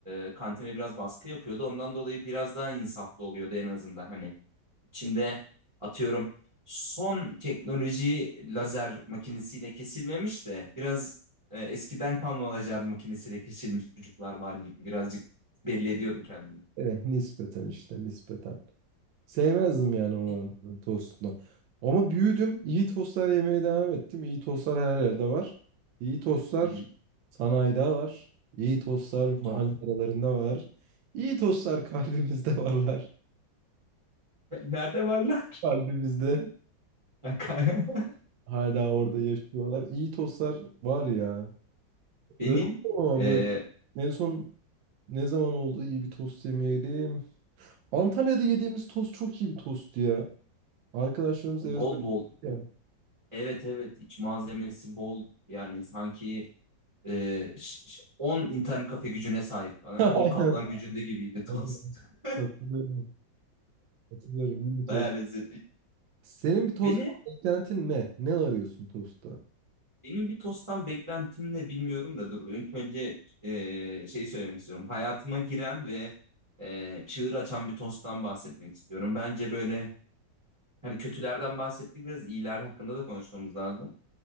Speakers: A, on the right (about 20°); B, on the right (about 80°).
A: e, kantine biraz baskı yapıyordu. Ondan dolayı biraz daha insaflı oluyordu en azından. Hani Çin'de atıyorum son teknoloji lazer makinesiyle kesilmemiş de biraz e, eskiden kalma lazer makinesiyle kesilmiş sucuklar var gibi. Birazcık belli ediyordu kendini.
B: eh, nispeten işte nispeten. Sevmezdim yani olan
A: Peki.
B: tostunu. Ama büyüdüm. iyi tostlar yemeye devam ettim. İyi tostlar her yerde var. İyi tostlar
A: Hı hı.
B: sanayide var. İyi tostlar mahalle
A: Of.
B: aralarında var. İyi tostlar <laughs> kalbimizde varlar.
A: <laughs> Nerede varlar?
B: Kalbimizde
A: <laughs>
B: hala orada yaşıyorlar. İyi tostlar var ya.
A: Benim
B: Öldüm ama
A: e,
B: böyle en son Ne zaman oldu iyi bir tost yemeyelim. Antalya'da yediğimiz tost çok iyi bir tost ya. Arkadaşlarımız
A: bol
B: eve söyledi
A: bol.
B: ya.
A: Evet evet iç malzemesi bol. Yani sanki Ee, ş- ş- 10 internet kafe gücüne sahip falan.
B: <laughs> Aynen.
A: 10 kaplan gücünde gibiydi tost.
B: Aynen.
A: <laughs>
B: Katılıyorum. Katılıyorum. İyi bir
A: Bayağı
B: tost.
A: lezzetli.
B: Senin bir tost
A: Beni,
B: beklentin ne? Ne arıyorsun tostta?
A: benim bir tosttan beklentim ne bilmiyorum da dur. İlk önce ee, şey söylemek istiyorum. Hayatıma giren ve ee, çığır açan bir tosttan bahsetmek istiyorum. Bence böyle hani kötülerden bahsettik biraz iyiler hakkında da konuşmamız lazım.